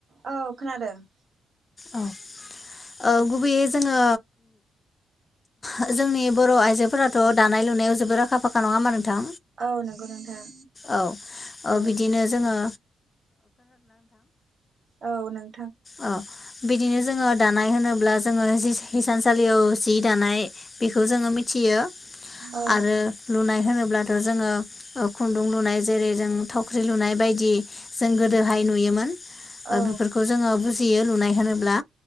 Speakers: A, on the right (about 45°); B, on the left (about 25°).
A: औ खोनादों। <inaudible>
B: औ ओ गुबैयै जोङो ओ जोंनि बर' आइजोफोराथ' दानाय लुनायाव जोबोद आखा फाखा नङा होमबा नोंथां?
A: औ नंगौ नोंथां
B: औ ओ
A: औ।
B: बिदिनो जोङो।
A: औ नों
B: अ बिदिनो जोङो दानाय होनोब्ला जोङो हि-हि सानसालियाव जि दानाय बेखौ जोङो मिथियो।
A: औ
B: आरो लुनाय होनो अब्लाथ' जोङो ओ खुुंनदुं लुनाय जेरै जों थावख्रि लुनाय बायदि जों गोदोहाय नुयोमोन। ओ
A: औ
B: बेफोरखौ जोङो बुजियो लुनाय होनोब्ला